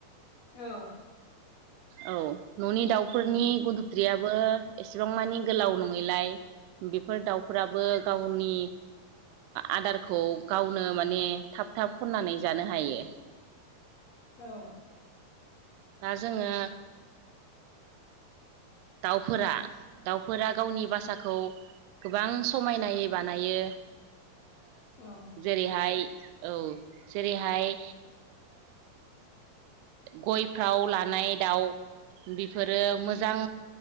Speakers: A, on the left; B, on the right.
A: औव
B: औ न'नि दाउफोरनि
A: उम
B: गुन्थुन्थ्रियाबो एसेबां मानि गोलाव नंङैलाय बेफोर दाउफोराबो गावनि आदारखौ गावनो माने थाब थाब खननानै जानो हायो।
A: औव
B: दा जोङो दाउफोरा दाउफोरा गावनि बासाखौ गोबां समायनायै बानायो
A: औ
B: जेरैहाय औ जेरैहाय ग'यफ्राव लानाय दाउ बेफोरो मोजां